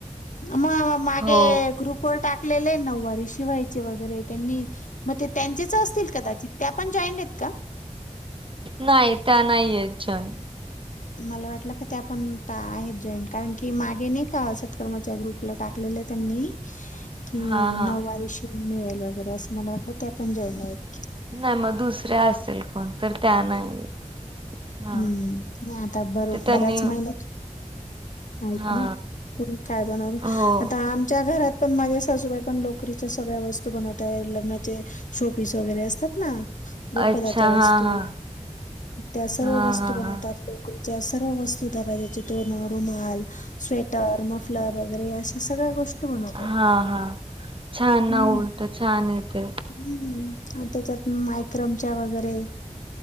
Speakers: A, on the left (about 70°); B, on the right (about 40°).
A: मग मागे
B: हो
A: ग्रुप टाक नारी शिवाय वरे त्यां मग त्यांचेच असतील कदाचित त्या पण जॉईंट आहेत का.
B: नाही त्या नाही याच्याय.
A: मला वाटलं का ते आपण आहेत जॉईन कारण की मागे नाही का सत्कर्म च्या ग्रुपला टाकलेलं त्यांनी कि
B: हा हा
A: नऊवारी श मिळेल वगैरे असं मला वाटलं त्या पण जॉईन आहेत की
B: नाही मग दुसऱ्या असेल कोण तर त्या नाही. हा
A: हम्म नाही आता बरो
B: ते त्यांनी
A: बऱ्याच महिला आहेत
B: हा
A: ना कोणी काय बनवलं
B: हो
A: आता आमच्या घरात पण माझ्या सासूबाई पण लोकरीच्या सगळ्या वस्तू बनवताय लग्नाचे शोपीस वगैरे असतात ना? रुखवताच्या
B: अच्छा
A: वस्तू
B: हा हा
A: त्या सर्व
B: हा
A: वस्तू
B: हा
A: बनवतात लोकरी सर्व वस्तू दरवाज्याचे तोरण रुमाल स्वेटर मफलर वगैरे अशा सगळ्या गोष्टी बनवतात.
B: हा हा छान
A: हम्म
B: ना उलट छान येते
A: हम्म त्याच्यात मायक्रमच्या वगैरे